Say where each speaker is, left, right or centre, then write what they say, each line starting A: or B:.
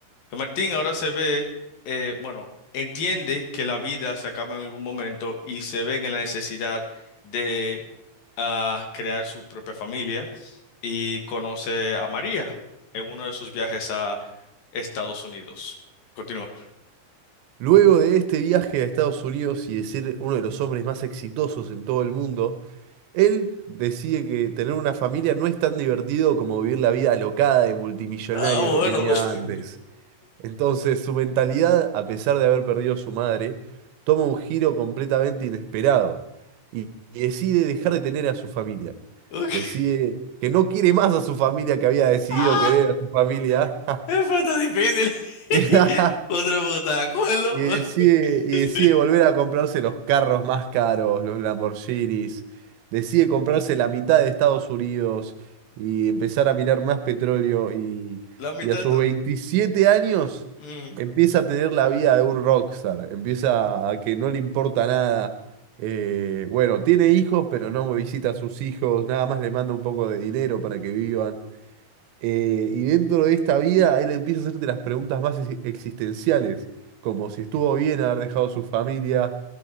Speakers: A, on the left; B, on the right.
A: Que Martín ahora se ve, eh, bueno, entiende que la vida se acaba en algún momento y se ve en la necesidad de ah, crear su propia familia y conoce a María en uno de sus viajes a Estados Unidos. Continúa.
B: Luego de este viaje a Estados Unidos y de ser uno de los hombres más exitosos en todo el mundo, él decide que tener una familia no es tan divertido como vivir la vida alocada de multimillonario
A: Ah, bueno.
B: que tenía
A: <laughs>
B: antes. Entonces, su mentalidad, a pesar de haber perdido a su madre, toma un giro completamente inesperado y, y decide dejar de tener a su familia.
A: Ok.
B: Decide que no quiere más a su familia que había decidido
A: Ah,
B: querer a su familia.
A: fue tan difícil.
B: <laughs>
A: <laughs> Otra porque estaba de acuerdo.
B: Y decide,
A: <laughs>
B: y
A: Sí,
B: decide volver a comprarse los carros más caros, los Lamborghinis. Decide comprarse la mitad de Estados Unidos y empezar a mirar más petróleo. Y,
A: la mitad
B: y a sus
A: de todo.
B: 27 años
A: Mm,
B: empieza a tener la vida de un rockstar. Empieza a que no le importa nada. Eh, bueno, tiene hijos, pero no visita a sus hijos. Nada más le manda un poco de dinero para que vivan. Eh, y dentro de esta vida, él empieza a hacerte las preguntas más ex- existenciales, como si estuvo bien haber dejado su familia,